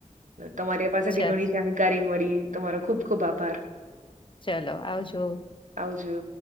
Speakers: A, on the right; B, on the left.
A: તમારી પાસેથી
B: ચાલ
A: ઘણી જાણકારી મળી તમારો ખુબ ખુબ આભાર
B: ચલો આવજો.
A: આવજો.